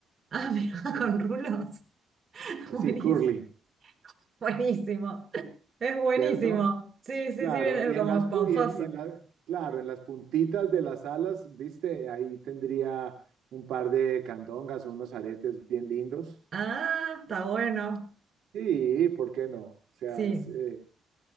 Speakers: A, on the right; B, on the right.
A: Ah, <laughs> mira, con rulos. <laughs>
B: así
A: Buenísimo.
B: curly,
A: Buenísimo. Es buenísimo.
B: ¿cierto?
A: Sí, sí,
B: Claro,
A: sí, viene
B: y
A: como
B: en las,
A: esponjoso.
B: pu- y en, y en la- claro, en las puntitas de las alas, viste, ahí tendría un par de candongas o unos aretes bien lindos.
A: Ah, está bueno.
B: Sí, ¿por qué no? O sea,
A: Sí.
B: es, eh,